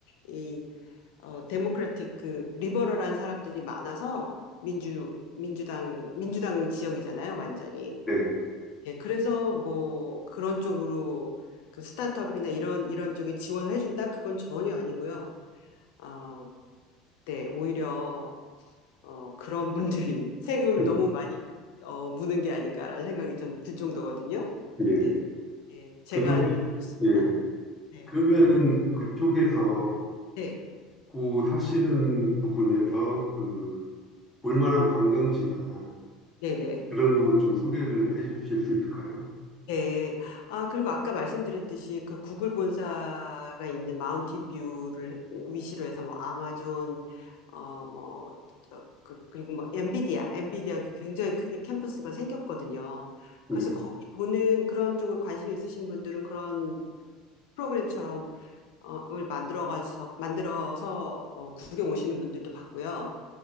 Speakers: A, on the left; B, in the centre.
A: 이 어, 데모크라틱 그 리버럴한 사람들이 많아서 민주 민주당 민주당 지역이잖아요, 완전히.
B: 네.
A: 예, 그래서 뭐 그런 쪽으로 그 스타트업이나 이런 이런 쪽에 지원을 해준다? 그건 전혀 아니고요. 어, 네, 오히려 어, 그런 분들이 <laughs> 세금을
B: 음,
A: 너무 많이 어, 무는 게 아닌가라는 생각이 전 들 정도거든요.
B: 예.
A: 네, 예, 제가
B: 그러면
A: 알기로는 그렇습니다.
B: 예.
A: 네,
B: 그러면은 그쪽에서
A: 네,
B: 그 사시는 부근에서 그 볼만한 관광지나
A: 네, 네.
B: 그런 거 좀 소개를 해 주실 수 있을까요?
A: 네. 아, 그리고 아까 말씀드렸듯이 그 구글 본사가 있는 마운틴 뷰를 위시로 해서 뭐 아마존, 어, 뭐, 저, 그, 그리고 뭐 엔비디아, 엔비디아도 굉장히 크게 캠퍼스가 생겼거든요.
B: 네.
A: 그래서 거기 도는 그런 쪽으로 관심이 있으신 분들은 그런 프로그램처럼 어,을 만들어가서, 만들어서 어, 구경 오시는 분들도 봤고요.